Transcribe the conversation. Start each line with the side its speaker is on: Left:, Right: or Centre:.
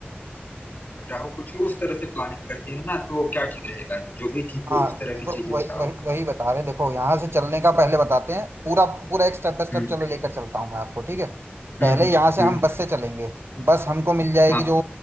Left: किरकिरा हो कुछ उस तरह से प्लानिंग करते हैं ना तो क्या ठीक रहेगा जो भी ठीक
Right: हाँ
Left: हो उस तरह की
Right: तो
Left: चीजें
Right: वही
Left: बताओ
Right: वही वही बता रहे हैं देखो यहाँ से चलने का पहले बताते हैं पूरा पूरा एक स्टेप बाय स्टेप
Left: हम्म
Right: चलो लेकर चलता हूँ मैं आपको ठीक है पहले
Left: हम्म हम्म
Right: यहाँ से
Left: हम्म,
Right: हम बस से चलेंगे बस हमको मिल जाएगी
Left: हाँ
Right: जो